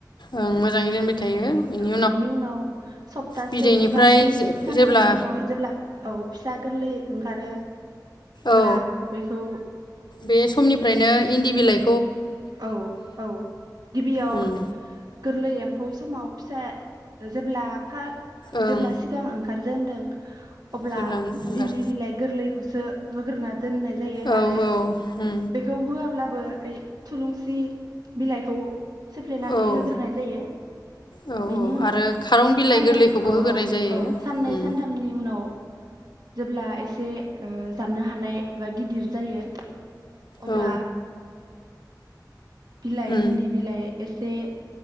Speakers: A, on the left; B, on the right.
A: ओं मोजाङै दोनबाय थायो बेनि
B: औ बिनि उनाव सप्तासे
A: बिदैनिफ्राय
B: बा स्नि
A: जे-जेब्ला
B: सानसोनि उनाव जेब्ला औ फिसा गोरलै ओंखारो अब्ला
A: औ
B: बेखौ
A: बे समनिफ्रायनो इन्दि बिलाइ
B: औ औ गिबियाव
A: ओं
B: गोरलै एम्फौ समाव फिसा जेब्ला फा
A: ओं
B: जेब्ला सिगां ओंखारजेेनदों अब्ला
A: जेब्ला ओंगार
B: इन्दि बिलाइ गोरलैखौसो होगोरना दोननाय जायो
A: औ
B: आरो
A: औ उम
B: बेखौ होआ ब्लाबो ओइ थुलुंसि बिलाइखौ सोफ्लेनानै
A: औ
B: होग्रोनाय जायो।
A: औ
B: बेनि
A: औ
B: उनाव
A: आरो खारं बिलाइ
B: साननै
A: गोरलैखौबो
B: औ
A: होग्रोनाय
B: औ
A: जायो
B: औ साननै
A: उम
B: सानथामनि उनाव जेब्ला एसे ओ जाननो हानाय बा गिदिर जायो अब्ला
A: औ
B: बिलाइ
A: उम
B: इन्दि बिलाइ एसे।